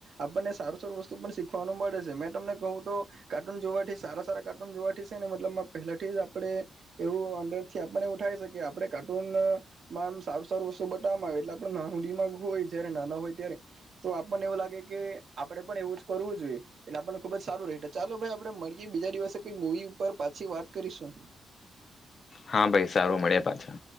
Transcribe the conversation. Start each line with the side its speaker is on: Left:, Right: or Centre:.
Right: આપણને સારું સારું વસ્તુ પણ શીખવાનું મળે છે, મેં તમને કહું તો કાર્ટૂન જોવા થી સારા સારા. કાર્ટૂન જોવાથી સે ને મતલબમાં પેલાથી જ આપણે એવું અંડર થી આપડને એવું થાય છે, કે આપણે કાર્ટૂન. સારું સારું વસ્તુ બતાવામાં આવે એટલે આપણુ નાનું દિમાગ હોય જયારે નાના હોય ત્યારે તો આપણને. એવુ લાગે કે આપણે પણ એવું જ કરવું જોઈએ એટલે આપણને ખુબ જ સારું રહે. ચાલો ભાઈ આપડે મળીએ બીજા દિવસે કોઈ મુવી ઉપર પાછી વાત કરીશું.
Left: હા ભાઈ સારું મળીયે પાછા.